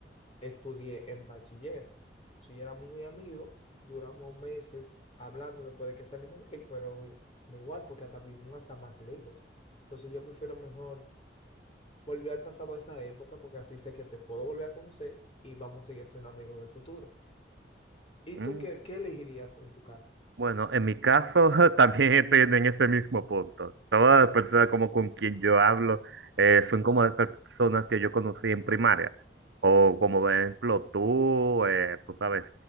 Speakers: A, on the left (about 35°); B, on the right (about 80°).
A: estudié en bachiller. Si éramos muy amigos, duramos meses hablando después de que salimos de ahí, pero no igual, porque hasta vivimos hasta más lejos. Entonces yo prefiero mejor volver al pasado a esa época, porque así sé que te puedo volver a conocer y vamos a seguir siendo amigos en el futuro. ¿Y
B: Mm,
A: tú qué, qué elegirías en tu caso?
B: Bueno, en mi caso <laughs> también estoy en ese mismo punto. Todas las personas como con quien yo hablo eh, son como las personas que yo conocí en primaria. O como por ejemplo tú, eh, tú sabes,